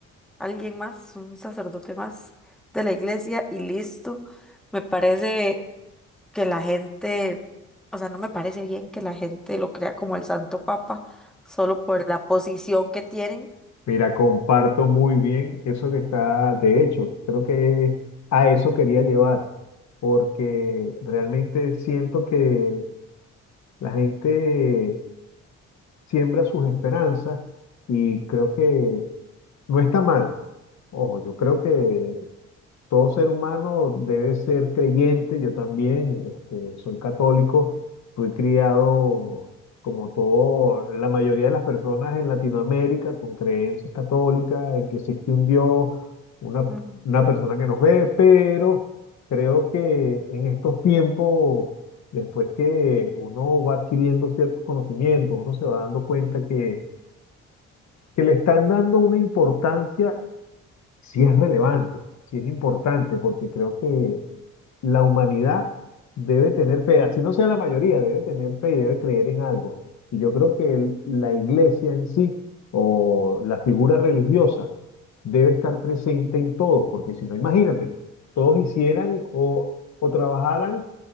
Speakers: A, in the centre; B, on the left (about 65°).
A: alguien más, un sacerdote más de la iglesia y listo. Me parece que la gente, o sea, no me parece bien que la gente lo crea como el Santo Papa solo por la posición que tienen.
B: Mira, comparto muy bien eso que está, de hecho, creo que a eso quería llevar, porque realmente siento que La gente siembra sus esperanzas y creo que no está mal. Ojo, yo creo que todo ser humano debe ser creyente, yo también, este, soy católico, fui criado como todo, la mayoría de las personas en Latinoamérica con creencias católicas, en que existe un Dios, una,
A: Ujú.
B: una persona que nos ve, pero creo que en estos tiempos, después que uno va adquiriendo ciertos conocimientos, uno se va dando cuenta que, que le están dando una importancia si es relevante, si es importante, porque creo que la humanidad debe tener fe, así no sea la mayoría, debe tener fe y debe creer en algo. Y yo creo que el- la iglesia en sí o la figura religiosa debe estar presente en todos, porque si no, imagínate, todos hicieran o, o trabajaran